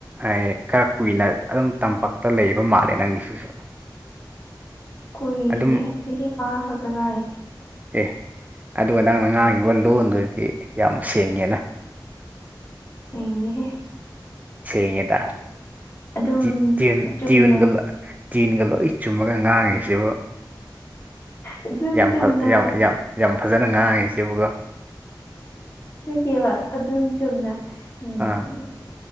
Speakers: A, on the right (about 20°); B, on the left (about 35°).
A: ꯑꯩ ꯈꯔ ꯀꯨꯏꯅ ꯑꯗꯨꯝ ꯇꯝꯄꯥꯛꯛꯇ ꯂꯩꯕ ꯃꯥꯜꯂꯦ ꯅꯪꯒꯤꯁꯤꯁꯨ
B: ꯀꯨꯏꯗꯦ
A: ꯑꯗꯨꯝ
B: ꯆꯍꯤ ꯑꯃ ꯈꯛꯇ ꯉꯥꯏ
A: ꯑꯦ ꯑꯗꯨꯒ ꯅꯪꯅ ꯉꯥꯡꯉꯤꯕ ꯂꯣꯟꯗꯨꯗꯤ ꯌꯥꯝ ꯁꯦꯡꯉꯦꯅ
B: ꯁꯦꯡꯗꯦꯍꯦ
A: ꯁꯦꯡꯒꯦꯗꯥ
B: ꯑꯗꯨꯝ
A: ꯇꯤ ꯇ꯭ꯌꯨꯟ
B: ꯆꯨꯝꯅ
A: ꯇ꯭ꯌꯨꯟꯒ ꯂꯣꯏ ꯇꯤꯟꯒ ꯂꯣꯏ ꯆꯨꯝꯃꯒ ꯉꯥꯡꯉꯤꯁꯤꯕꯨ
B: ꯑꯗꯨꯝ
A: ꯌꯥꯝ
B: ꯆꯨꯝꯅ
A: ꯐ ꯌꯥꯝ ꯌꯥꯝ ꯌꯥꯝ ꯐꯖꯅ ꯉꯥꯡꯉꯤꯁꯤꯕꯀꯣ
B: ꯅꯠꯇꯦꯕ ꯑꯗꯨꯨꯝ ꯆꯨꯝꯅ ꯎꯝ
A: ꯑꯥ